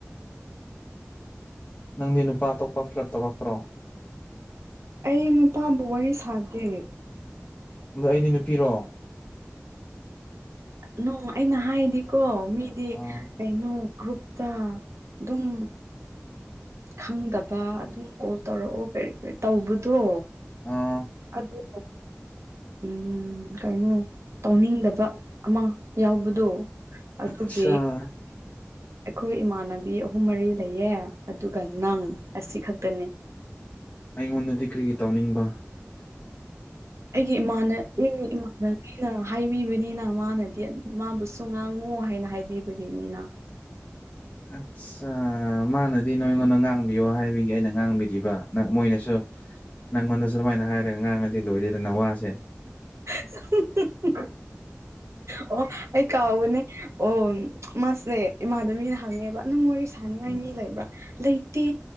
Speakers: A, on the left (about 35°); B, on the right (about 75°).
A: ꯅꯪꯗꯤ ꯅꯨꯄꯥ ꯑꯇꯣꯞꯄ ꯐ꯭ꯂꯠ ꯇꯧꯔꯛꯇ꯭ꯔꯣ
B: ꯑꯩ ꯅꯨꯄꯥꯕꯨ ꯋꯥꯔꯤ ꯁꯥꯗꯦ
A: ꯑꯗꯣ ꯑꯩꯗꯤ ꯅꯨꯄꯤꯔꯣ
B: ꯅꯣ ꯑꯩꯅ ꯍꯥꯏꯗꯤꯀꯣ ꯃꯤꯗꯤ
A: ꯑꯥ
B: ꯀꯩꯅꯣ ꯒ꯭ꯔꯨꯞꯇ ꯗꯨꯝ ꯈꯪꯗꯕ ꯑꯗꯨꯝ ꯀꯣꯜ ꯇꯧꯔꯛꯑꯣ ꯀ꯭ꯔꯤ ꯀꯔꯤ ꯇꯧꯕꯗꯣ
A: ꯑꯥꯎ
B: ꯑꯗꯣ ꯎꯝ ꯀꯩꯅꯣ ꯇꯧꯅꯤꯡꯗꯕ ꯑꯃ ꯌꯥꯎꯕꯗꯣ ꯑꯗꯨꯒꯤ
A: ꯆꯥꯔ
B: ꯑꯩꯈꯣꯏ ꯏꯃꯥꯟꯅꯕꯤ ꯑꯍꯨꯝ ꯃꯔꯤ ꯂꯩꯌꯦ ꯑꯗꯨꯒ ꯅꯪ ꯑꯁꯤꯈꯛꯇꯅꯦ
A: ꯑꯩꯉꯣꯟꯗꯗꯤ ꯀ꯭ꯔꯤꯒꯤ ꯇꯧꯅꯤꯡꯕ
B: ꯑꯩꯒꯤ ꯏꯃꯥꯟ ꯏꯃꯥꯟꯅꯕꯤꯅ ꯍꯥꯏꯕꯤꯕꯅꯤꯅ ꯃꯥꯅꯗꯤ ꯃꯥꯕꯨꯁꯨ ꯇꯨ ꯉꯥꯡꯉꯨ ꯍꯥꯏꯅ ꯍꯥꯏꯕꯤꯕꯒꯤꯅꯤꯅ
A: ꯑꯠꯆꯥ ꯃꯥꯅꯗꯤ ꯅꯣꯏꯉꯣꯟꯗ ꯉꯥꯡꯕꯤꯌꯣ ꯍꯥꯏꯕꯒꯤ ꯑꯩꯅ ꯉꯥꯡꯕꯤꯔꯤꯕ ꯃꯣꯏꯅꯁꯨ ꯅꯪꯉꯣꯟꯗꯁꯨ ꯑꯗꯨꯃꯥꯏꯅ ꯍꯥꯏꯔꯒꯥ ꯉꯥꯡꯉꯗꯤ ꯂꯣꯏꯔꯦꯗꯅ ꯋꯥꯁꯦ
B: <unintelligible>
A: <inaudible>
B: ꯑꯣ ꯑꯩ ꯀꯥꯎꯕꯅꯦ ꯑꯣꯟ ꯃꯥꯁꯦ ꯏꯃꯥꯟꯅꯕꯤꯅ ꯍꯪꯉꯦꯕ ꯅꯪ ꯋꯥꯔꯤ ꯁꯥꯅꯤꯡꯉꯥꯏ
A: ꯎꯝ
B: ꯃꯤ ꯂꯩꯕ꯭ꯔꯥ ꯂꯩꯇꯦ